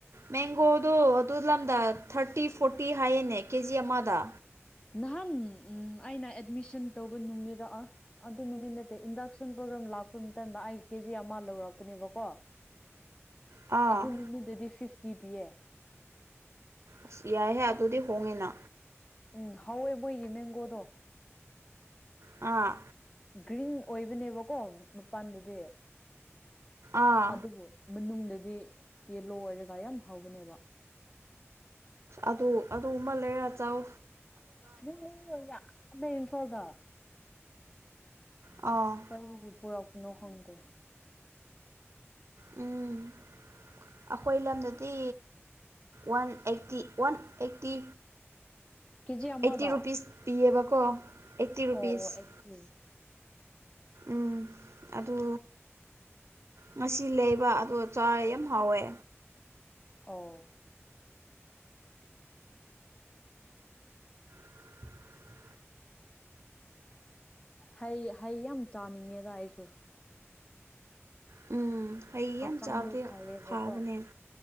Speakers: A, on the right; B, on the left.
A: ꯃꯦꯡꯒꯣꯗꯣ ꯑꯗꯨ ꯂꯝꯗ ꯊꯥꯔꯇꯤ ꯐꯣꯔꯇꯤ ꯍꯥꯏꯌꯦꯅꯦ ꯀꯦ ꯖꯤ ꯑꯃꯗ
B: ꯅꯍꯥꯟ ꯑꯩꯅ ꯑꯦꯠꯃꯤꯁꯟ ꯇꯧꯕ ꯅꯨꯡꯃꯤꯔꯛꯑ ꯑꯗꯨ ꯅꯨꯃꯤꯠ ꯅꯠꯇꯦ ꯏꯟꯗꯛꯁꯟ ꯄ꯭ꯔꯣꯒ꯭ꯔꯥꯝ ꯂꯥꯛꯄ ꯃꯇꯝꯗ ꯑꯩ ꯀꯦꯖꯤ ꯑꯃ ꯂꯧꯔꯛꯄꯅꯦꯕꯀꯣ
A: ꯑꯥ
B: ꯑꯗꯨ ꯅꯨꯃꯤꯠꯇꯗꯤ ꯐꯤꯐꯇꯤ ꯄꯤꯌꯦ
A: ꯑꯁ ꯌꯥꯏꯍꯦ ꯑꯗꯨꯗꯤ ꯍꯣꯡꯉꯤꯅ
B: ꯎꯝ ꯍꯋꯏ ꯃꯣꯏꯒꯤ ꯃꯦꯡꯒꯣꯗꯣ
A: ꯑꯥ
B: ꯒ꯭ꯔꯤꯟ ꯑꯣꯏꯕꯅꯦꯕꯀꯣ ꯃꯄꯥꯟꯗꯨꯗꯤ
A: ꯑꯥ
B: ꯑꯗꯨꯕꯨ ꯃꯅꯨꯡꯗꯗꯤ ꯌꯦꯂꯣ ꯑꯣꯏꯔꯒ ꯌꯥꯝ ꯍꯥꯎꯕꯅꯦꯕ
A: ꯑꯗꯨ ꯑꯗꯨ ꯑꯃ ꯂꯩꯔꯥ ꯆꯧ
B: ꯅ ꯌꯥꯝꯑꯃꯦ ꯏꯝꯐꯥꯜꯗ
A: ꯑ
B: ꯕꯨꯕꯤꯄꯨꯔꯥꯎ ꯀꯅꯨ ꯈꯪꯗꯦ
A: ꯎꯝ ꯑꯩꯈꯣꯏ ꯂꯝꯗꯗꯤ one eighty one eighty
B: KG ꯑꯃꯗ
A: eighty ꯔꯨꯄꯤꯁ ꯄꯤꯌꯦꯕꯀꯣ ꯑꯩꯠꯇꯤ ꯔꯨꯄꯤꯁ
B: ꯑꯣ ꯑꯣ ꯑꯩꯠ ꯀꯦ
A: ꯎꯝ ꯑꯗꯨ ꯉꯁꯤ ꯂꯩꯕ ꯑꯗꯣ ꯆꯥꯔꯦ ꯌꯥꯝ ꯍꯥꯎꯋꯦ
B: ꯑꯣ
A: <unintelligible>
B: ꯎ ꯍꯩ ꯍꯩ ꯌꯥꯝ ꯆꯥꯅꯤꯡꯉꯦꯗ ꯑꯩꯁꯨ
A: ꯎꯝ ꯍꯩ
B: ꯍꯛꯆꯥꯡꯗꯣ
A: ꯌꯥꯝ ꯆꯥꯕꯗꯤ
B: ꯐꯥꯏꯌꯦꯕꯀꯣ
A: ꯐꯕꯅꯦ